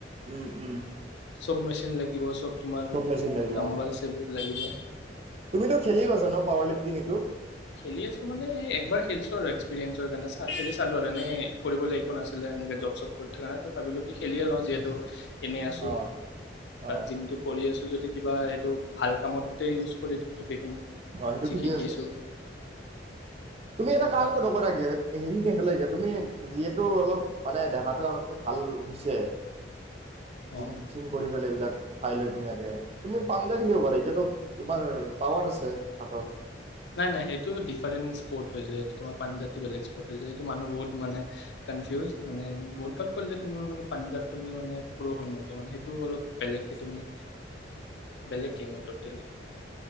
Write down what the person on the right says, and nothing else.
উম উম
চব মেচিন লাগিব
অ,
তুমিতো খেলিও আছা ন পাৱাৰ লিফটিং এইটো?
অ অ অ
অ সেইটো
ঠিকেই
আছে তুমি
এটা কাম
নকৰা কিয় হেৰি নেখেলাগা তুমি যিহেতু অলপ, মানে দেহাটো আগতকৈ ভাল হৈছে। জিম
চিম কৰি পেলাই এইবিলাক। খাই লৈ ধুনীয়াকে। তুমি পাঞ্জা খেলিব পাৰা এতিয়াাতো তোমাৰ পাৱাৰ আছে হাতৰ।